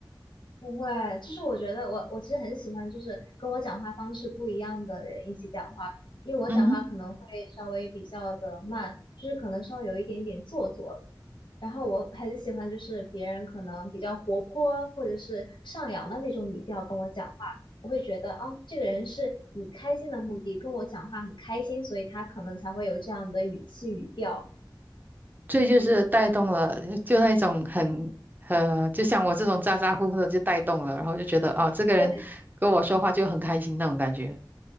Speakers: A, on the left (about 75°); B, on the right (about 25°).
A: 不会，就是我觉得我我其实很喜欢，就是跟我讲话方式不一样的人一起讲话，因为我讲话可能会稍微比较的慢，
B: 嗯哼，
A: 就是可能稍微有一点点做作。然后我很喜欢，就是别人可能比较活泼或者是上扬的那种语调跟我讲话，我会觉得哦，这个人是以开心的目的跟我讲话很开心，所以他可能才会有这样的语气语调。
B: 这就是带动了，就那种很呃，就像我这种咋咋呼呼的就带动了，然后就觉得啊，这个人跟我说话就很开心那种感觉。
A: 对。